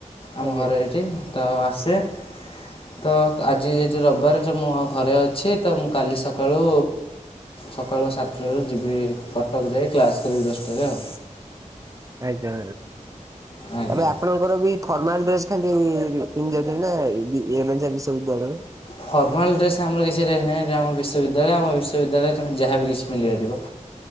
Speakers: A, on the left; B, on the right.
A: ଆମ
B: ଆଜ୍ଞା
A: ଘରେ ତ ଆସେ ତ ଆଜି ଯେହେତୁ ରବିବାର ଅଛି ମୁଁ ଘରେ ଅ ଅଛି। ତ ମୁଁ କାଲି ସକାଳୁ ସକାଳୁ ସାତଟାରୁ ଯିବି କଟକ ଯାଇ କ୍ଲାସ୍ କରିବି ଦଶଟାରେ ଆଉ
B: ଆଜ୍ଞା ଆଜ୍ଞା
A: ଆଜ୍ଞା।
B: ଏବେ ଆପଣଙ୍କ ଆପଣ ବି ଫର୍ମାଲ ଡ୍ରେସ ଖାଲି ପିନ୍ଧି ଯାଉଥିଲେ ନା। <unintelligible>
A: ଫର୍ମାଲ୍ ଡ୍ରେସ ଆମର କିଛି ରହି ନାହିଁ ଆମ ବିଶ୍ୱବଦ୍ୟାଳୟ ଆମ ବିଶ୍ୱବିଦ୍ୟାଳୟ ତମେ ଯାହା ବି କିଛି ପିନ୍ଧିପରିବ।